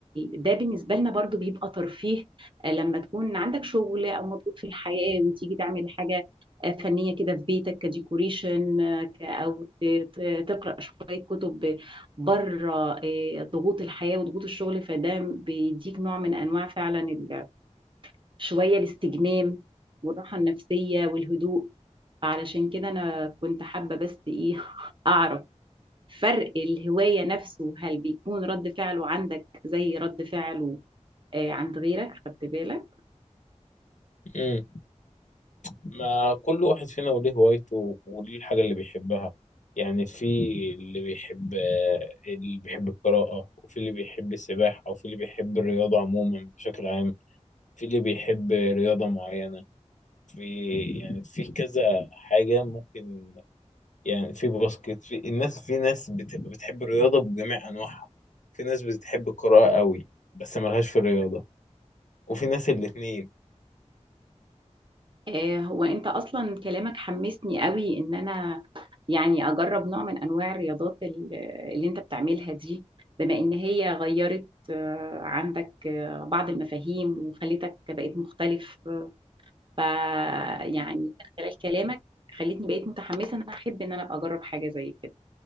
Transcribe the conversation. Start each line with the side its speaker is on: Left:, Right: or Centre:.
Right: آه، ده بالنسبة لنا برضو بيبقى ترفيه آه، لما تكون عندك شغل او مضغوط في الحياة وتيجي تعمل حاجة آه، فنية كده في بيتك كديكوريشن آه، ك- او ت- ت- تقرأ شوية كتب بره آه، ضغوط الحياة وضغوط الشغل فده بيديك نوع من أنواع فعلا ال- شوية الاستجمام والراحة النفسية والهدوء علشان كده أنا كنت حابة بس إيه <laughs> أعرف فرق الهواية نفسه هل بيكون رد فعله عندك زي رد فعله آه، عند غيرك خدت بالك
Left: امم ما كل واحد فينا وليه هوايته و- وليه الحاجه اللي بيحبها يعني في اللي بيحب اللي بيحب القراءه وفي اللي بيحب السباحه وفي اللي بيحب الرياضه عموما بشكل عام في اللي بيحب رياضه معينه في يعني في كذا حاجه ممكن يعني في باسكت في الناس في ناس بت- بتحب الرياضه بجميع انواعها في ناس بتحب القراءه قوي بس ملهاش في الرياضه وفي ناس الاتنين
Right: آه، هو انت اصلا كلامك حمسني قوي ان انا يعني اجرب نوع من انواع الرياضات ال- اللي انت بتعملها دي بما ان هي غيرت آه، عندك آه، بعض المفاهيم وخلتك بقيت مختلف ف يعني خلال كلامك خلتني بقيت متحمسة ان انا احب ان انا ابقى اجرب حاجة زي كده